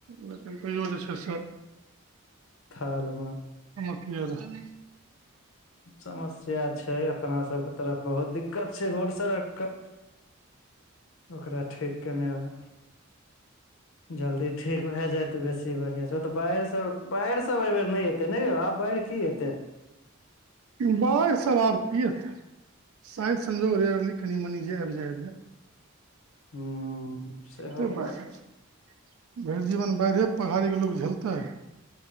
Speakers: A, on the right; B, on the left.
A: लेकिन तइयो जे छै से
B: थाल मे
A: समथ रहए <unintelligible>
B: समस्या छै अपना सबके तरफ बहुत दिक्कत छै रोड सड़कके ओकरा ठीक कनेए रहए जल्दी ठीक भए जाए तऽ बेसी बढ़ियाँ छै ओतऽ बाढ़िस बाढ़ि सब एई बेर नै एतै नै यौ आब बाढ़ि की ऐतय।
A: बाढ़ि सब आब की एते शायद संजोग रेयरली कनि मनी जे आबि जाय
B: हूँ सेहो
A: कते बाढ़ि
B: बात
A: <unintelligible> भैर जीवन बाढ़िए पहाड़ीके लोक झेलताय